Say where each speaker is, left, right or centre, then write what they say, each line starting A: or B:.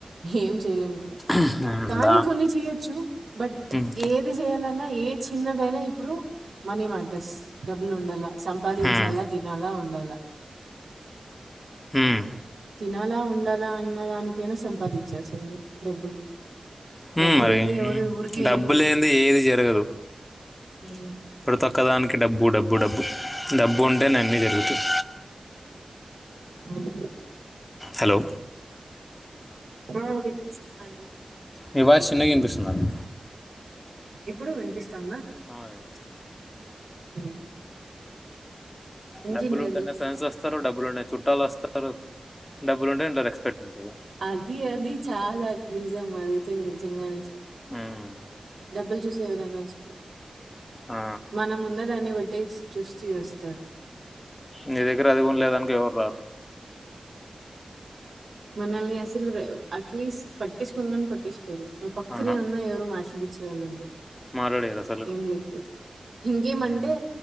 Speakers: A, on the right; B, on the left.
A: ఏం చేయలేం కూడా
B: ఉమ్,
A: కానీ
B: దా
A: కొన్ని చేయచ్చు బట్
B: ఉమ్,
A: ఏది చేయాలన్నా ఏ చిన్నదైనా ఇప్పుడు మనీ మాటస్ డబ్బులు ఉండాల సంపాదించాలా
B: ఉమ్,
A: తినాలా ఉండాలా
B: ఉమ్
A: తినాలా ఉండాలా అన్న దానికైనా సంపాదించాల్సిందే డబ్బులు
B: ఉమ్
A: డబ్బు
B: మరి
A: లేనిదే ఎవరు ఊరికే
B: డబ్బులేందే
A: ఏమి
B: ఏది జరగదు
A: ఉమ్
B: ప్రతి ఒక్కదానికి డబ్బు డబ్బు డబ్బు డబ్బు ఉంటే అన్ని జరుగుతాయి
A: హ్మ్.
B: హలో
A: ఆ వినిపిస్తుందండి
B: మీ వాయస్ చిన్నగా వినిపిస్తుందండి
A: ఇప్పుడు వినిపిస్తుంద
B: ఆ, వినిపిస్తుంది
A: ఉమ్ ఇంకేంటండి?
B: డబ్బులు ఉంటెనే సన్స్ వస్తుంది వస్తారు డబ్బులుంటే చుట్టాలు వస్తారు డబ్బులు ఉంటే ఇంట్లో రెస్పెక్ట్ ఉంటుంది
A: అది అది చాలా నిజం అదైతే నిజంగానే
B: ఉమ్,
A: డబ్బులు చూస్ ఎవరైనా వస్తారు
B: ఆ.
A: మనం ఉన్న దాన్ని బడ్ టేస్ట్ చూస్తే వస్తారు
B: నీ దగ్గర అది కూడా లేదనుకో ఎవరు రారు
A: మనల్ని అసలు అట్లీస్ట్ పట్టించుకోను గానీ పట్టిచుకోరు పక్రిీయనన్న
B: ఆహా
A: ఎవరు మా పడిచే వలందర్
B: మాట్లాడారు అసలు
A: ఏం లేకపోతే ఇంకేమంటే
B: ఉమ్.